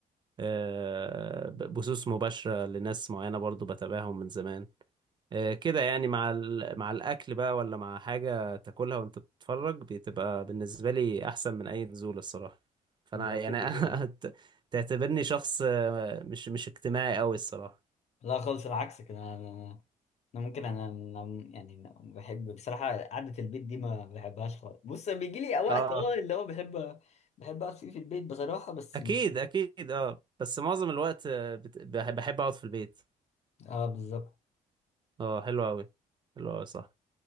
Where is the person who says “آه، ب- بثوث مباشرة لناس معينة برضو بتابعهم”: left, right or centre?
Right